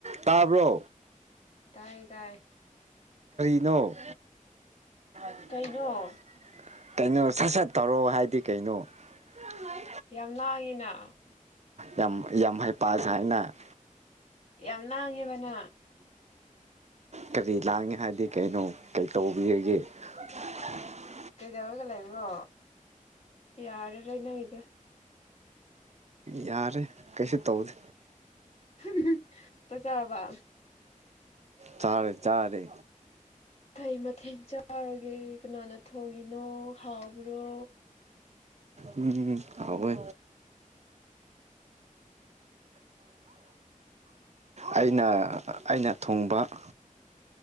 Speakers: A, on the right; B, on the left.
A: <inaudible> ꯇꯕ꯭ꯔꯣ
B: ꯇꯥꯏꯌꯦ ꯇꯥꯏꯌꯦ
A: ꯅꯣ <inaudible>
B: ꯀꯩꯅꯣ
A: ꯀꯩꯅꯣ ꯁꯠ ꯁꯠ ꯇꯧꯔꯣ ꯍꯥꯏꯗꯤ ꯀꯩꯅꯣ <inaudible>
B: ꯌꯥꯝ ꯂꯥꯡꯉꯤꯅ
A: ꯌꯥꯝ ꯌꯥꯝ ꯍꯩꯄꯥ ꯁꯥꯏꯅ <inaudible>
B: ꯌꯥꯝ ꯂꯥꯡꯉꯦꯕ ꯅꯪ
A: ꯀꯔꯤ ꯂꯥꯡꯉꯤ ꯍꯥꯏꯗꯤ ꯀꯩꯅꯣ ꯀꯩꯇꯧꯕꯤꯔꯒꯦ <inaudible>
B: ꯀꯩꯗꯧꯔꯒ ꯂꯩꯕ꯭ꯔꯣ ꯌꯥꯔꯔꯣꯏ ꯅꯣꯏꯒꯤꯗꯣ
A: ꯌꯥꯔꯦ ꯀꯩꯁꯨ ꯇꯧꯗꯦ
B: ꯍꯨꯝ ꯍꯨ ꯆꯥꯛꯆꯥꯔꯕꯥ
A: ꯆꯥꯔꯦ ꯆꯥꯔꯦ
B: ꯐꯩ ꯃꯊꯦꯜ ꯆꯥꯔꯒꯦ ꯀꯅꯥꯅ ꯊꯣꯡꯉꯤꯅꯣ ꯍꯥꯎꯕ꯭ꯔꯣ
A: ꯎꯝ ꯍꯥꯎꯋꯦ ꯑꯩꯅ ꯑꯩꯅ ꯊꯣꯡꯕ <inaudible>